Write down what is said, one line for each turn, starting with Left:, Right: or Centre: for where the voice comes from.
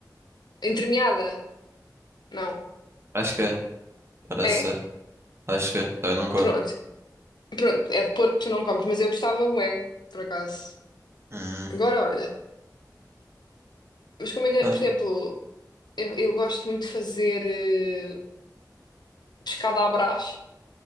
Left: Entremeada? Não.
Right: Acho que é, parece
Left: É?
Right: ser. Acho que é, também não como.
Left: Pronto. Pronto, é de porco que tu não comes, mas eu gostava bué, por acaso.
Right: Hum,
Left: Agora olha. Mas como ainda,
Right: pá,
Left: por exemplo, eu, eu gosto muito de fazer eh, pescada à brás.